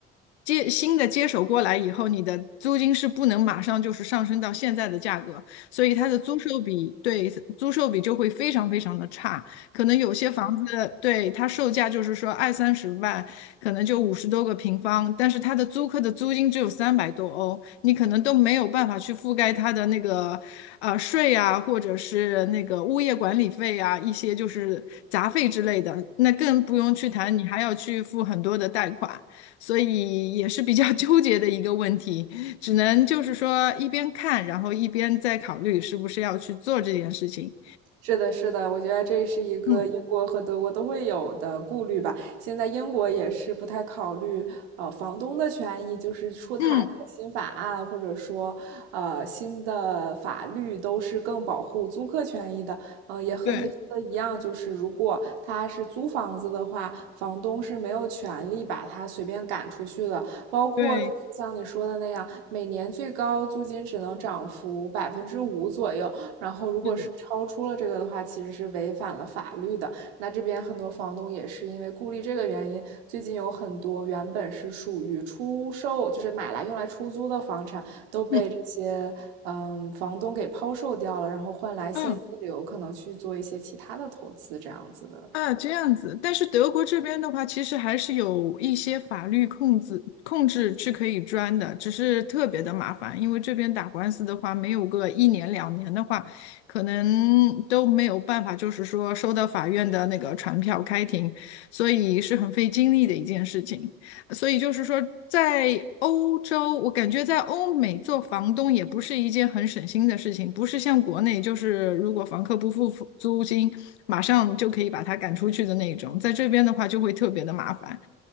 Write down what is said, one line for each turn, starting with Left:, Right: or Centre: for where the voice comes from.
Left: 接新的接手过来以后，你的租金是不能马上就是上升到现在的价格，所以它的租售比对租售比就会非常非常的差。可能有些房子，对，它售价就是说二三十万，可能就五十多个平方，但是它的租客的租金只有三百多欧，你可能都没有办法去覆盖它的那个啊税啊，或者是那个物业管理费啊，一些就是杂费之类的，那更不用去谈，你还要去付很多的贷款，所以也是比较 <laughs> 纠结的一个问题，只能就是说一边看，然后一边再考虑是不是要去做这件事情。
Right: 是的，是的，我觉得这是一个英国和德国都会有的顾虑吧。
Left: 嗯
Right: 现在英国也是不太考虑呃房东的权益，就是出台的新法案或者说呃新的法律都是更保护租客权益的。
Left: 嗯，
Right: 呃，也和你说的一样，
Left: 对。
Right: 就是如果他是租房子的话，房东是没有权利把他随便赶出去的。包括就是像你说的那样，
Left: 对，
Right: 每年最高租金只能涨幅百分之五左右。然后，如果是超出了这个的话，
Left: 是的，
Right: 其实是违反了法律的。那这边很多房东也是因为顾虑这个原因，最近有很多原本是属于出售，就是买来用来出租的房产，都被这些嗯房东给抛售掉了，
Left: 嗯
Right: 然后换来现金流，
Left: 嗯
Right: 可能去做一些其他的投资，这样子的。
Left: 啊，这样子。但是德国这边的话，其实还是有一些法律控制控制是可以钻的，只是特别的麻烦，因为这边打官司的话，没有个一年两年的话，可能都没有办法，就是说收到法院的那个传票开庭，所以是很费精力的一件事情。所以就是说，在欧洲，我感觉在欧美做房东也不是一件很省心的事情，不是像国内，就是如果房客不付租金，马上就可以把他赶出去的那种。在这边的话，就会特别的麻烦。